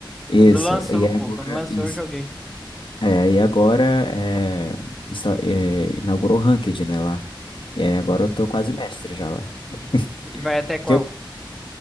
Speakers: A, on the left (about 75°); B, in the centre.
A: Isso.
B: Quando lançou,
A: E aí
B: pô,
A: agora,
B: quando lançou
A: isso.
B: eu joguei.
A: É, e agora é, insta- é, inaugurou o Ranked, né, lá. E aí agora
B: Hum.
A: eu tô quase mestre já lá. <laughs>
B: E vai até qual?
A: Que